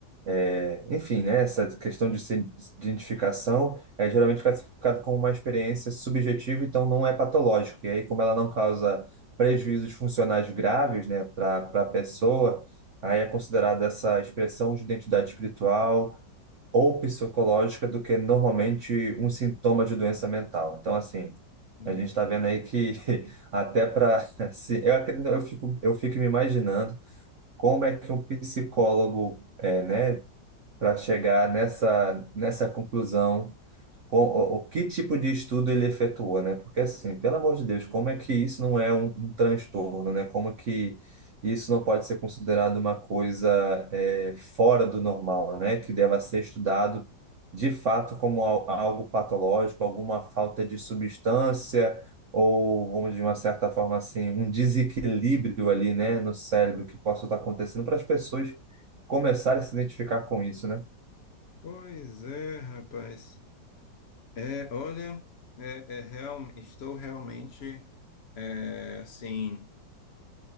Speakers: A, on the right; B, on the left.
A: É, enfim, né, essa questão de se- de identificação é geralmente classificado como uma experiência subjetiva, então não é patológico. E aí, como ela não causa prejuízos funcionais graves, né, para a pessoa, aí é considerada essa expressão de identidade espiritual ou psicológica do que normalmente um sintoma de doença mental. Então, assim,
B: Hum.
A: a gente está vendo aí que <laughs> até para assim, eu, acre- eu fico, eu fico me imaginando como é que um psicólogo é, né? para chegar nessa, nessa conclusão, com, o, o que tipo de estudo ele efetuou, né? Porque assim, pelo amor de Deus, como é que isso não é um, um transtorno, né? Como que isso não pode ser considerado uma coisa eh, fora do normal, né? Que deva ser estudado de fato como al- algo patológico, alguma falta de substância ou, vamos de uma certa forma assim, um desequilíbrio ali, né, no cérebro que possa estar acontecendo para as pessoas começarem a se identificar com isso, né?
B: Pois é, rapaz. É, olha, é, é real, estou realmente, é, assim